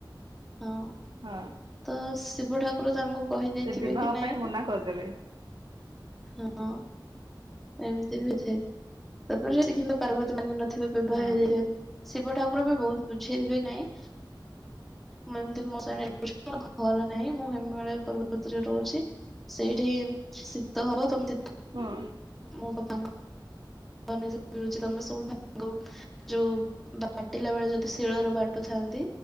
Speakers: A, in the centre; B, on the right (about 65°).
A: ହଁ।
B: ହଁ।
A: ତ ଶିବ ଠାକୁର ତାଙ୍କୁ କହିଦେଇଥିବେ
B: ସେ ବିବାହ
A: କି ନାଇଁ
B: ପାଇଁ ମନା କରିଦେବେ
A: ହଁ ଏମିତି ବି ଥେ ତାପରେ ସେ କିନ୍ତୁ ପାର୍ବତୀ ମାନି ନଥିବେ ବିବାହ
B: ହଁ।
A: ହେଇଯାଇଥିବେ। ଶିବ ଠାକୁର ବି ବହୁତ ବୁଝେଇଥିବେ ନାଇଁ ମୁଁ ଏମିତି ମସାଣି ରେ ରହୁଛି। ମୋର ଘର ନାହିଁ ମୁଁ ହିମାଳୟ ପର୍ବତରେ ରହୁଛି। ସେଇଠି ଶୀତ ହବ ତମେ <inaudible>
B: ହଁ।
A: ମୋ ବାବା ଙ୍କ <unintelligible> ଯୋଉ ବାଟିଲା ବେଳେ ଯଦି ଶିଳରୁ ବାଟୁଥାନ୍ତି